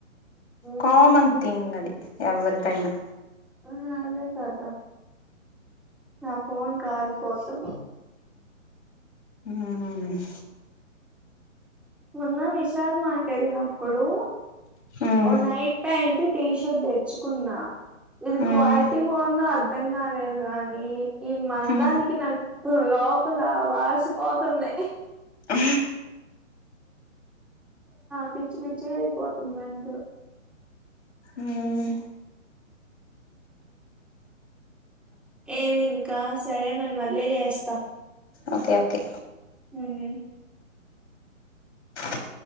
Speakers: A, in the centre; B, on the left.
A: మ్మ్.
B: కామన్ థింగ్ అది ఎవ్వరికైనా
A: అహాదే కద నా ఫోన్ కాల్ కోసం
B: ఉమ్
A: మొన్న విశాల్ మాట్ ఎళ్ళ్ నప్పుడు
B: ఉమ్
A: ఓ నైట్ ప్యాంట్ టీ షర్ట్ దెచ్చుకున్నా ఇది
B: ఉమ్
A: క్వాలిటీ బాగుందా గాలేదు గానీ ఈ మందానికి
B: ఉమ్
A: నక్కు లోపల వాసిపోతుంది
B: ఆ
A: పిచ్చి పిచ్చి గైపోతుందనుకో
B: ఉమ్
A: ఏమింకా సరే మరి మళ్ళీ చేస్
B: ఓకే ఓకే
A: ఉమ్.
B: <inaudible>